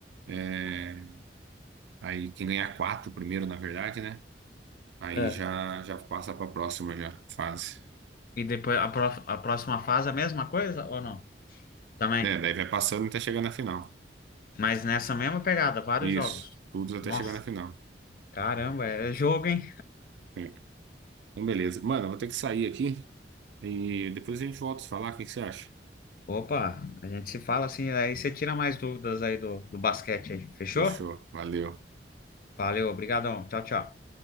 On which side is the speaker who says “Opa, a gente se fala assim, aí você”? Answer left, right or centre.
Left